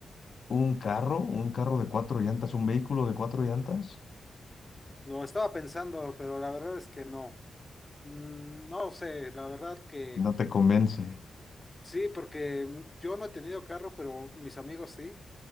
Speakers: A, on the left (about 65°); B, on the left (about 25°).
A: un carro, un carro de cuatro llantas, un vehículo de cuatro llantas?
B: Lo estaba pensando, pero la verdad es que no. Mm, No sé, la verdad que
A: No te convence.
B: sí, porque yo no he tenido carro, pero mis amigos sí.